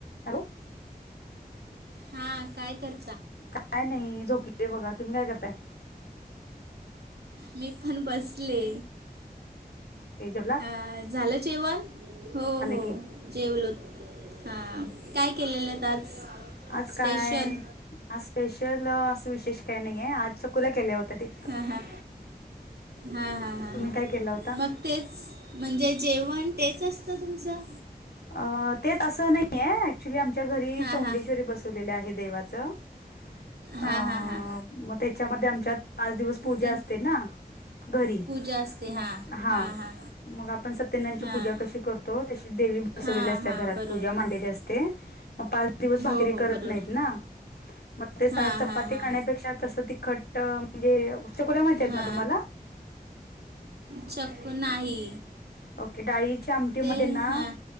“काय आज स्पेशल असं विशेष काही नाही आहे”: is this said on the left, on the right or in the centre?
Left